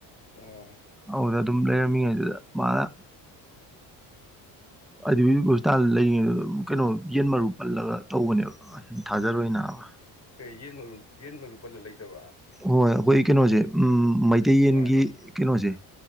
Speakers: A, on the left; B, in the centre.
A: ꯑꯣ
B: ꯑꯗꯨꯗ ꯑꯗꯨꯝ ꯂꯩꯔꯝꯃꯤ ꯑꯗꯨꯗ ꯃꯥꯅ ꯑꯗꯨꯏ ꯍꯣꯁꯄꯤꯇꯥꯜ ꯂꯩꯔꯤꯉꯩ ꯑꯗꯨꯝ ꯀꯩꯅꯣ ꯌꯦꯟ ꯃꯔꯨ ꯄꯜꯂꯒ ꯇꯧꯕꯅꯦꯕ ꯊꯥꯖꯔꯣꯏ ꯅꯥꯕ
A: ꯀꯩ ꯌꯦꯟ ꯃꯔꯨꯝ ꯌꯦꯟ ꯃꯔꯨ ꯄꯜꯂ ꯂꯩꯇꯕ
B: ꯍꯣꯏ ꯑꯩꯈꯣꯏ ꯀꯩꯅꯣꯁꯦ ꯎꯝ ꯃꯩꯇꯩꯌꯦꯟꯒꯤ
A: ꯀꯃꯥꯏꯅ
B: ꯀꯩꯅꯣꯁꯦ